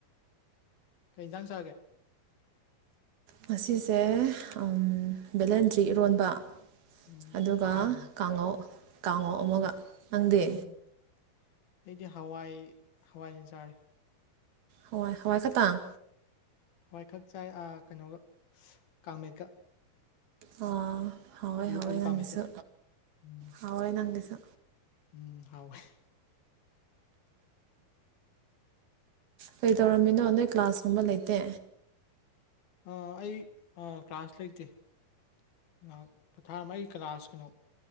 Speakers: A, on the left (about 70°); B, on the right (about 75°).
A: ꯀꯩꯟꯖꯥꯡ ꯆꯥꯒꯦ
B: ꯉꯁꯤꯖꯦ ꯑꯝ ꯚꯦꯂꯦꯟꯗ꯭ꯔꯤ ꯏꯔꯣꯟꯕ
A: ꯎꯝ
B: ꯑꯗꯨꯒ
A: ꯍꯥꯎꯕꯅꯤ
B: ꯀꯥꯡꯉꯧ ꯀꯥꯡꯉꯧ ꯑꯃꯒ
A: ꯎꯝ
B: ꯅꯪꯗꯤ
A: ꯎꯝ ꯑꯩꯗꯤ ꯍꯋꯥꯏ ꯍꯋꯥꯏ ꯑꯣꯢ ꯆꯥꯔꯦ
B: ꯍꯋꯥꯢ ꯍꯋꯥꯏ ꯈꯠꯇꯪ
A: ꯍꯋꯥꯏ ꯈꯛ ꯆꯥꯏ ꯑ ꯀꯩꯅꯣꯒ ꯀꯥꯡꯃꯦꯠꯀ
B: ꯑꯥ ꯍꯥꯎꯋꯦ
A: ꯑꯂꯨ
B: ꯍꯥꯎꯋꯦ
A: ꯑꯂꯨ
B: ꯅꯪꯒꯤꯁꯨ
A: ꯀꯥꯡꯃꯦꯠꯇꯨ ꯎꯝ
B: ꯍꯥꯎꯋꯦ ꯅꯪꯒꯤꯁꯨ
A: ꯎꯝ ꯍꯥꯎꯋꯦ
B: ꯀꯩ ꯇꯧꯔꯝꯃꯤꯅꯣ ꯅꯣꯏ ꯀ꯭ꯂꯥꯁꯀꯨꯝꯕ ꯂꯩꯇꯦ
A: ꯑ ꯑꯩ ꯑ ꯀ꯭ꯂꯥꯁ ꯂꯩꯇꯦ ꯉꯍꯥꯛ ꯄꯣꯊꯥꯔꯝ ꯑꯩ ꯀ꯭ꯂꯥꯁ ꯀꯩꯅꯣ